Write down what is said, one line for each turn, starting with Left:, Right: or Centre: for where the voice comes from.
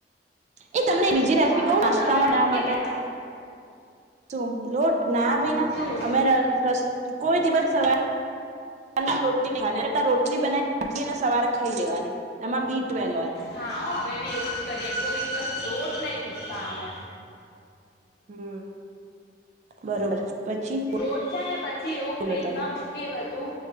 Right: એ તમને
Left: અચ્છા
Right: બીજી રેસીપી કઉ
Left: તો
Right: નાસ્તામાં
Left: સવારે
Right: બનાવા
Left: મૂકી
Right: માટે
Left: દેવાનો
Right: તું લોટ ના ભાઈ ના
Left: શું
Right: અમે <unintelligible> કોઈ દિવસ સવારે <unintelligible> રોટલી બનાવીને રોટલીને સવારે ખાઈ લેવાની એમાં બી ટ્વેલવ હોય
Left: હા હો અમે બી એવું જ કરીએ કોઈ દિવસ લોટ નહી મુક્તા અમે
Right: હમ બરોબર પછી
Left: લોટ છે ને પછી એવું
Right: બોલો
Left: ફ્રીજમાં
Right: તમે
Left: મૂકી બધું